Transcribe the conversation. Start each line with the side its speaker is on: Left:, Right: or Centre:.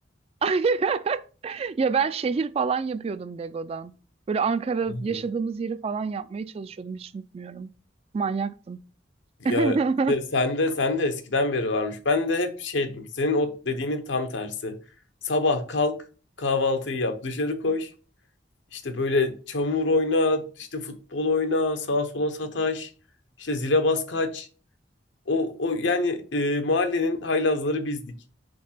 Right: Ay, <laughs> Ya ben şehir falan yapıyordum Lego'dan. Böyle Ankara yaşadığımız
Left: Hı.
Right: yeri falan yapmaya çalışıyordum. Hiç unutmuyorum. Manyaktım.
Left: Ya
Right: <laughs>
Left: se- sen de sen de eskiden beri varmış. Ben de hep şeydim. Senin o dediğinin tam tersi. Sabah kalk, kahvaltıyı yap, dışarı koş. İşte böyle çamur oyna, işte futbol oyna, sağa sola sataş, işte zile bas kaç. O o yani e, mahallenin haylazları bizdik.